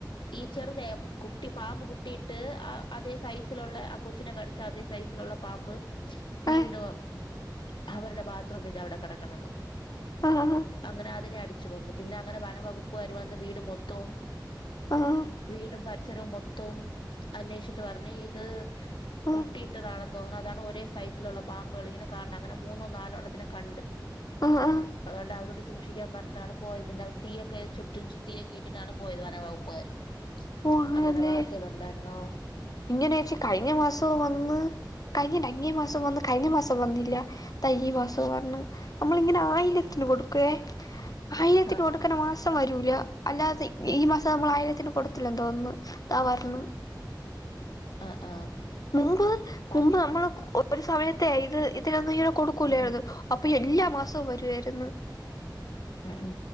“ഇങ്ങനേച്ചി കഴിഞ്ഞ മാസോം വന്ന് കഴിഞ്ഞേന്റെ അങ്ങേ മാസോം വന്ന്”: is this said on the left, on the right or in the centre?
Left